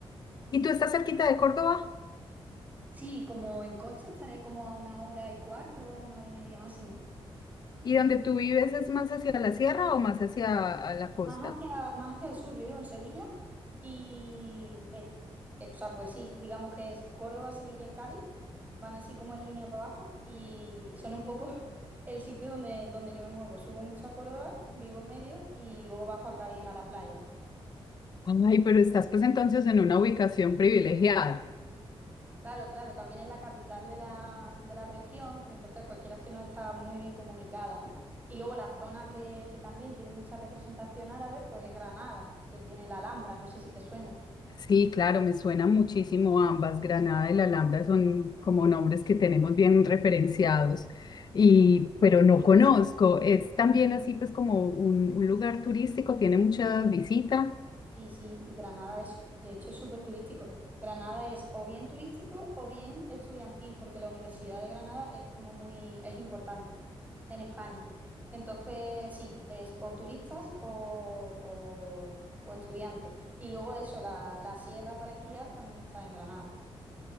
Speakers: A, on the left; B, on the right.
A: ¿Y tú estás cerquita de Córdoba?
B: Sí, como en coche estaré como a una hora y cuarto, una hora y media máximo.
A: ¿Y donde tú vives es más hacia la sierra o más hacia a la
B: Más
A: costa?
B: hacia, más hacia el sur, yo vivo en Sevilla y, eh, eh, o sea, pues sí, digamos que es Córdoba, Sevilla y Cádiz, van así como en línea para abajo y son un poco <laughs> el sitio donde, donde yo me muevo. Subo mucho a Córdoba, vivo en medio y luego bajo a Cádiz a la playa.
A: Ay, pero estás pues entonces en una ubicación privilegiada.
B: Claro, claro, también es la capital de la, de la región, entonces pues quieras que no está muy bien comunicada, ¿no? Y luego la zona que, que también tiene mucha representación árabe, pues es Granada, que tiene la Alhambra, no sé si te suena.
A: Sí, claro, me suena muchísimo ambas. Granada y La Alhambra son como nombres que tenemos bien referenciados, y, pero no conozco. Es también así pues como un, un lugar turístico, tiene mucha visita.
B: Sí, sí, Granada es, de hecho, es súper turístico. Granada es o bien turístico o bien estudiantil, porque la Universidad de Granada es como muy, es importante en España. Entonces, sí, es o turistas o, o- o estudiantes. Y luego de eso, la, la sierra para esquiar también está en Granada.